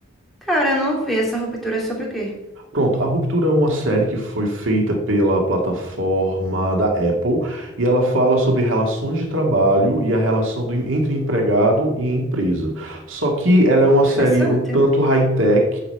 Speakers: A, in the centre; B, on the right.
A: Cara, eu não vi essa ruptura é sobre o quê?
B: Pronto, A Ruptura é uma série que foi feita pela plataforma da Apple e ela fala sobre relações de trabalho e a relação do- entre empregado e empresa. Só que ela é uma série
A: Interessante.
B: um tanto high-tech